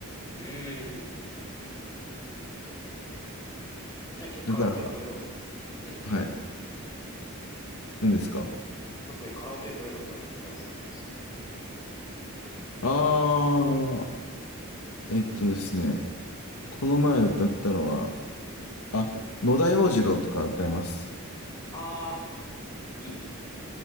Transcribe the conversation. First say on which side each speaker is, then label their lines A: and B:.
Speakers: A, on the left; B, on the left.
A: うん。じゃあ結構カラオケどういうのを、
B: よ。だから、
A: ええ、
B: はい。
A: だったりします。
B: 何ですか
A: 特にカラオケどういうのを歌ったりされます行くと。
B: あー、えっとですね、この前歌ったのは、あ、野田洋次郎とか歌います。
A: ああ、いいですね。